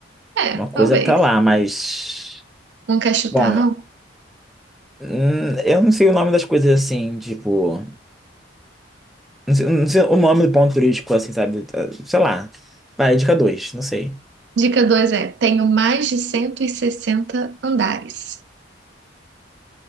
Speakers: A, on the right; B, in the centre.
A: É,
B: Uma coisa
A: talvez.
B: pra lá, mas.
A: Não quer chutar,
B: Bom,
A: não?
B: hum, eu não sei o nome das coisas assim, tipo. Não sei, não sei o nome do ponto turístico, assim, sabe? Eh, Sei lá. Vai, dica 2, não sei.
A: Dica 2 é: tenho mais de 160 andares.